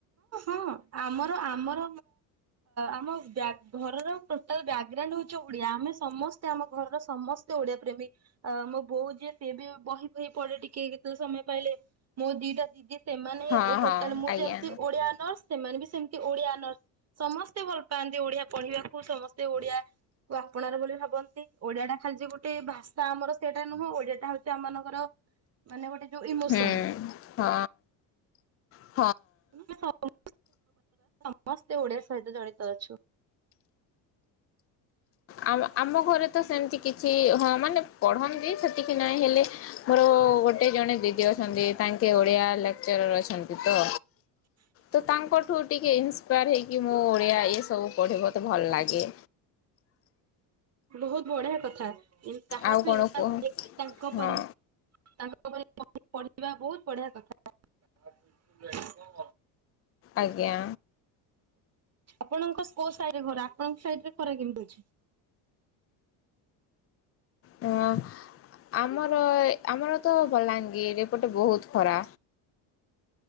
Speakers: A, on the right; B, on the left.
A: ହ ଆମର ଆମର ଆମ ଘରର ରୋଟାଲ ବାଗଗ୍ରାଉଣ୍ଡ ହ ଆମେ ସମସ୍ତେ ଆମ ଘରର ସମସ୍ତେ ଓଡିଆ ପ୍ରେମୀ, ମୋ ବୋଉ ଯିଏ ସିଏ ବି ବହି, ବହି ପଳେଇ ଟିକେ କେତେ ସମୟ ପାଇଲେ, ମୋ ଦିଟା ଦିଦି ସେମାନେ
B: ହଁ ହଁ
A: ଟୋଟାଲ ମୁଁ
B: ଆଜ୍ଞା
A: ଯେମ ଓଡିଆ ଅନର୍ସ, ସେମାନେ ବି ସେମିତି ଓଡିଆ ଅନର୍ସ, ସମସ୍ତେ ଭଲ ପାଆନ୍ତି ଓଡିଆ ପଢିବାକୁ, ସମସ୍ତେ ଓଡିଆ କୁ ଆପଣାର ବୋଲି ଭାବନ୍ତି, ଓଡିଆ ଟା ଖାଲିଛି ଗୋଟେ ଭାଷା, ଆମର ସେଇଟା ନୁହଁ, ଓଡିଆଟା ହଉଛି ଆମମାନଙ୍କର ମାନେ ଗୋଟେ ଯୋଉ ଇମୋସନ
B: ହୁଁ ହଁ।
A: <unintelligible> ସମସ୍ତେ ଓଡିଆ ସହିତ ଜଡିତ ଅଛୁ।
B: ଆ ଆମ ଘରେ ତ ସେମତି କିଛି ହଁ ମାନେ ପଢନ୍ତି ସେତିକି ନହିଁ ହେଲେ ମୋର ଗୋଟେ ଜଣେ ଦିଦି ଅଛନ୍ତି, ତାଙ୍କେ ଓଡିଆ ଲେକ୍ଚରର ଅଛନ୍ତି ତ।
A: ହ
B: ତ ତାଙ୍କଠୁ ଟିକେ ଇନ୍ସପାୟାର ହେଇକି ମୁଁ ଓଡ଼ିଆ ଏ ସବୁ ପଢ଼ି ମୋତେ ଭଲ ଲାଗେ।
A: ବହୁତ ବଢିଆ କଥା, କାହାଠୁ
B: ଆଉ କଣ
A: <unintelligible>
B: କୁହ
A: ଇକି ତାଙ୍କ ପରି
B: ହଁ
A: ପଢିବା ବହୁତ ବଢିଆ କଥା।
B: ଆଜ୍ଞା
A: ଆପଣଙ୍କ କୋଉ ସାହି ରେ ଘରା। ସାଇଟ ରେ ଖରା କେ <unintelligible> ମୁ ଅଛି
B: ହ ଆମର, ଆମର ତ ବଲାଙ୍ଗୀର, ଏପଟେ ବହୁତ ଖରା।